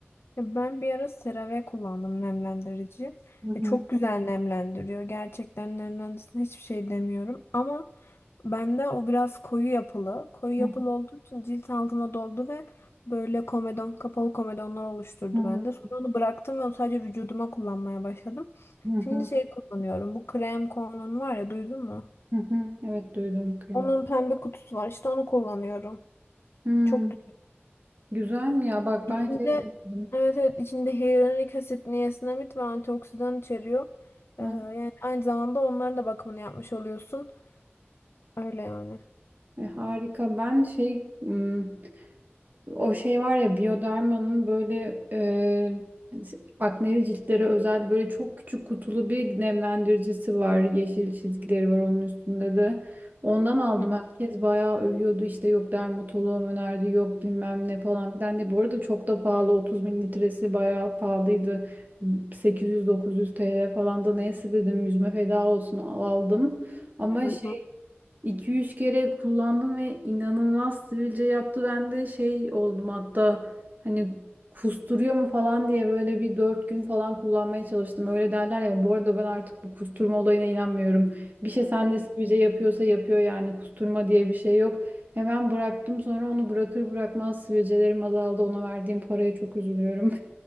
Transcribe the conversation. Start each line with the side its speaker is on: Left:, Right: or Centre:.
Left: Ya Ben bir ara CeraVe kullandım nemlendirici.
Right: Hı hı,
Left: ve çok güzel nemlendiriyor. Gerçekten nemlendiricisine hiçbir şey demiyorum. Ama bende o biraz koyu yapılı. Koyu
Right: hı
Left: yapılı olduğu için cilt altıma doldu ve böyle komedon, kapalı komedonlar oluşturdu
Right: hı,
Left: bende. Sonra onu bıraktım ve onu sadece vücuduma kullanmaya başladım.
Right: hı
Left: Şimdi
Right: hı,
Left: şey kullanıyorum. Bu krem konunun var ya duydun mu?
Right: hı hı. Evet duydum krem.
Left: Onun pembe kutusu var. İşte onu kullanıyorum.
Right: Hmm,
Left: Çok
Right: güzel mi ya? Bak
Left: İçinde
Right: ben şey denedim.
Left: evet evet içinde hyaluronik asit, niasinamid ve antioksidan içeriyor.
Right: Heh,
Left: Ee, yani aynı zamanda onların da bakımını yapmış oluyorsun. Öyle yani.
Right: e, harika. Ben şey hmm, O şey var ya Bioderma'nın böyle e, akneli ciltlere özel böyle çok küçük kutulu bir nemlendiricisi var. Yeşil çizgileri var onun üstünde de. Ondan aldım.
Left: Hı
Right: Herkes bayağı övüyordu. İşte yok dermatoloğum önerdi yok bilmem ne falan filan diye. Bu arada çok da pahalı. 30 mililitresi bayağı pahalıydı. 800-900 TL falan da neyse dedim yüzme feda olsun aldım. Ama
Left: hı.
Right: şey 2-3 kere kullandım ve inanılmaz sivilce yaptı. Ben de şey oldum hatta hani kusturuyor mu falan diye böyle bir 4 gün falan kullanmaya çalıştım. Öyle derler ya bu arada ben artık bu kusturma olayına inanmıyorum. Bir şey sende sivilce yapıyorsa yapıyor yani kusturma diye bir şey yok. Hemen bıraktım sonra onu bırakır bırakmaz sivilcelerim azaldı. Ona verdiğim paraya çok üzülüyorum.